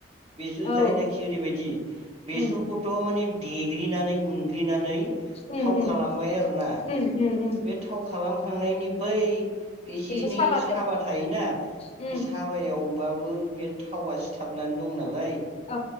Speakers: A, on the right (about 35°); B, on the left (about 35°).
A: बेस
B: औ
A: जायनाखि ओरैबायदि बेसरखौथ'
B: उम
A: माने देग्लिनानै उनग्लिनानै
B: उम
A: थाव
B: उम
A: खालामबाय आरोना
B: उम उम उम
A: बे थाव खालामखांनायनि बै बे एसे
B: बेसर
A: एनै
B: साबाजों
A: साबा थायोना
B: उम
A: बे साबायाव बाबो बे थावा सिथाबनानै दं नालाय
B: औ